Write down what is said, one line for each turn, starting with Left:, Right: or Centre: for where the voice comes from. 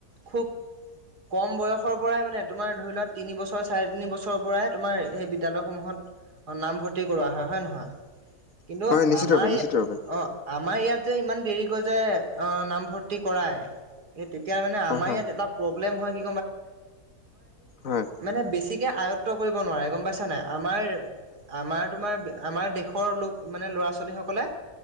Right: খুউব। কম বয়সৰ পৰাই মানে তোমাৰ ধৰি লোৱা তিনিবছৰ চাৰে তিনি বছৰৰ পৰাই তোমাৰ সেই বিদ্যালয়সমূহত অ 'নামভৰ্তি কৰোৱা হয়ে নহয়
Left: <inaudible>
Right: কিন্তু
Left: নিশ্চিত
Right: আমাৰ
Left: ৰূপে নিশ্চিত
Right: ইয়াত
Left: ৰূপে
Right: অ' আমাৰ ইয়াত যে ইমান দেৰিকৈ যে নামভৰ্তি কৰাই তেতিয়া মানে
Left: হয়
Right: আমাৰ
Left: হয়
Right: ইয়াত এটা প্ৰব্লেম হয় কি
Left: হয়
Right: মানে আয়ত্ব কৰিব নোৱাৰে গম পাইছা নাই আমাৰ আমাৰ তোমাৰ আমাৰ দেশৰ লোক মানে ল'ৰা ছোৱালীসকলে,